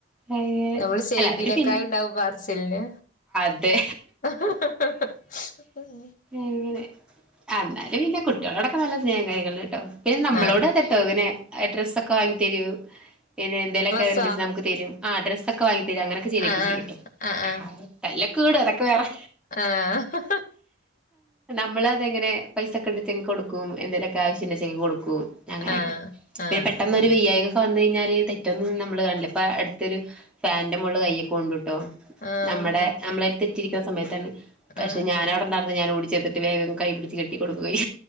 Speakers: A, in the centre; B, on the left.
A: അങ്ങനെ
B: നമ്മള് ചെയ്തതിനേക്കാളും
A: അല്ല അവര് പിൻ
B: ഇണ്ടാവും പറച്ചിലിന്
A: അതെ
B: <unintelligible>
A: അങ്ങനെ എന്നാലും കുട്ടികളോടൊക്കെ നല്ല സ്നേഹം കാര്യോക്കണ്ട്ട്ടൊപിന്നെ നമ്മളോട്
B: ആഹ്
A: അതെ <unintelligible> ഡ്രസ്സ്‌ ഒക്ക വാങ്ങി തരൂ പിന്നെ എന്തേലൊക്കെ
B: ഡ്രസ്സോ
A: ഇണ്ട്ച് നമുക്ക് തരു ആ ഡ്രസ്സ് ഒക്ക വാങ്ങി തരും അങ്ങനൊക്കെ ചെയ്ത്
B: ആഹ്
A: ചെയ്യുട്ടോ
B: ആഹ്
A: തല്ലൊക്ക കൂടും അതൊക്കെ വേറെ
B: ആഹ്
A: അമ്മളെ ഇത് എങ്ങനെ പൈസക്കണ്ട്ച്ചങ്കി കൊട്ക്കും എന്തേലെക്കെ ആവശ്യണ്ട്ചങ്കി കൊടുക്കും അങ്ങനെക്കെ
B: ആഹ് ആഹ് ആഹ്
A: പിന്നെ പെട്ടെന്നൊരു വയ്യായികൊക്കെ വന്ന് കഴിഞ്ഞാല് തെറ്റൊന്നും നമ്മള് കാണില്ല ഇപ്പൊ അട് ത്തരു ഫാൻന്റെ മോൾല് കയ്യോക്കെ കൊണ്ടുട്ടോ
B: ആഹ്
A: നമ്മടെ നമ്മളായിറ്റ് തെറ്റിരിക്കുന്ന സമയത്താണ്
B: ആഹ്
A: പക്ഷെ ഞാന അവടണ്ടാർന്ന് ഞാന് ഓടി ചെന്നിട്ട് വേഗം കൈ പിടിച്ച് കെട്ടി കൊടുക്കോയി